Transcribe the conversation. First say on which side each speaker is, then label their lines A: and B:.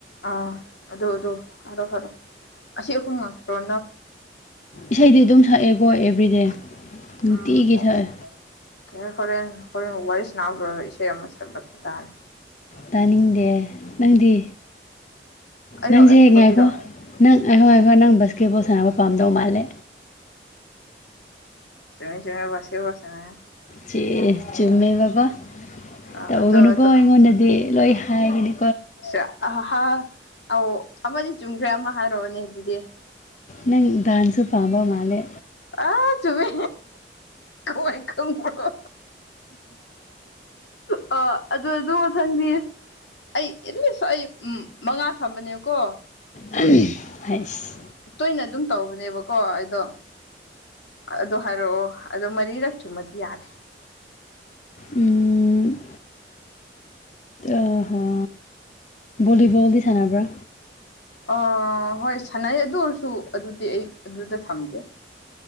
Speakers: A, on the left; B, on the left.
A: ꯑꯥ ꯑꯗꯨ ꯑꯗꯨ ꯐꯔꯣ ꯐꯔꯣꯑꯣ ꯑꯁꯤ ꯑꯍꯨꯝ ꯉꯥꯛꯇꯔꯣ
B: ꯏꯁꯩꯗꯤ ꯑꯗꯨꯝ ꯁꯛꯑꯦꯀꯣ ꯑꯦꯕ꯭ꯔꯤꯗꯦ ꯅꯨꯡꯇꯤꯒꯤ
A: ꯎꯝ ꯑꯣ
B: ꯁꯛꯑꯦ
A: ꯀ ꯍꯣꯔꯦꯟ ꯍꯣꯔꯦꯟꯕꯨ ꯋꯥꯔꯤ ꯁꯅꯥꯔꯨꯔꯒ ꯏꯁꯩ ꯑꯃ ꯁꯛꯂꯛꯄ ꯇꯥꯔꯦ
B: ꯇꯥꯅꯤꯡꯗꯦ ꯅꯪꯗꯤ
A: ꯑꯩꯔꯣ
B: ꯅꯪꯁꯦꯛ
A: ꯑꯩꯒꯤ ꯐꯣꯠꯄꯤꯔꯣ
B: ꯉꯥꯏꯀꯣ ꯅꯪ ꯑꯩꯍꯣꯏ ꯑꯩꯈꯣꯏ ꯅꯪ ꯕꯥꯁꯀꯦꯠꯕꯣꯜ ꯁꯥꯟꯅꯕ ꯄꯥꯝꯗꯧ ꯃꯥꯜꯂꯦ
A: ꯆꯃꯤ ꯆꯃꯤ ꯕꯥꯈꯦꯠꯕꯣꯜꯁꯦꯅ
B: ꯆꯦ ꯆꯨꯝꯃꯦꯕꯀꯣ
A: ꯑꯥ
B: ꯇꯧꯒꯅꯨꯀꯣ
A: ꯑꯗꯣ ꯑꯗꯣ
B: ꯑꯩꯉꯣꯟꯗꯗꯤ ꯂꯣꯏ ꯍꯥꯏꯒꯅꯤ
A: ꯁ ꯑ ꯑꯧ ꯑꯃꯅꯤ ꯆꯨꯝꯈ꯭ꯔꯦ ꯑꯃ ꯍꯥꯏꯔꯛꯑꯣꯅꯦ ꯑꯗꯨꯗꯤ
B: ꯅꯪ ꯗꯥꯥꯟꯁꯨ ꯄꯥꯝꯕ ꯃꯥꯂꯦ
A: ꯑ ꯆꯨꯃꯤ ꯀꯋꯥꯥꯏ ꯀ ꯄꯨꯔꯣ ꯑ ꯑꯗꯨ ꯑꯗꯨ ꯃꯊꯪꯗꯤ ꯑꯩ ꯑꯦꯠꯂꯤꯁ ꯑꯩ ꯃꯉꯥ ꯊꯝꯕꯅꯦꯕꯀꯣ
B: ꯍꯥꯏꯩꯁ
A: ꯇꯣꯏꯅ ꯑꯗꯨꯝ ꯇꯧꯕꯅꯦꯕꯀꯣ ꯀꯣ ꯑꯩꯗꯣ ꯑꯗꯨꯗꯣ ꯍꯥꯏꯔꯛꯑꯣ ꯑꯗꯣ ꯃꯔꯤꯔꯛ ꯆꯨꯝꯃꯗꯤ ꯌꯥꯔꯦ
B: ꯎꯝ ꯑꯍ ꯂꯤꯕꯜꯗꯤ ꯁꯅꯔꯕ꯭ꯔ
A: ꯑ ꯍꯣꯏ ꯁꯅꯥꯏ ꯑꯗꯨ ꯑꯣꯏꯔꯁꯨ ꯑꯗꯨꯗꯤ ꯑꯩ ꯑꯗꯨꯗ ꯊꯝꯗꯦ